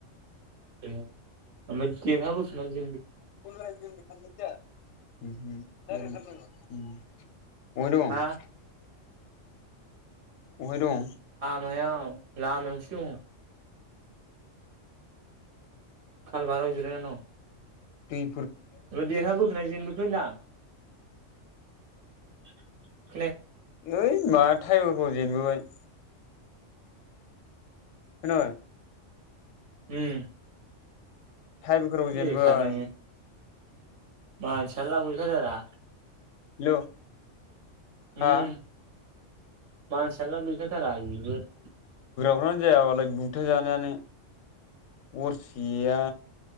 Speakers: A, on the right; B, on the left.
A: ओमफ्राय देरहा बोखोना जेनबो
B: उम उम। उम। अबहाय दं?
A: हा
B: अबहाय दं?
A: मायाव लामायाव दं। कालबाराव जिरायना दं।
B: दै
A: ओ देरहाबोखोना जेनबोखो होनदां? <inaudible>
B: ओय मा थ्रायबेगाराव जेनबोबाय। खोनाबाय?
A: उम।
B: थ्रायबेगाराव
A: बेखार
B: जेनबाय।
A: नोङो मानसियानो लाब गैखाथारा।
B: हेलौ।
A: उम।
B: हा
A: मानसियानो लाब गैखा थारा बिगुर।
B: फ्रानो जायाबालाय बुब्था जानायानो गरसेया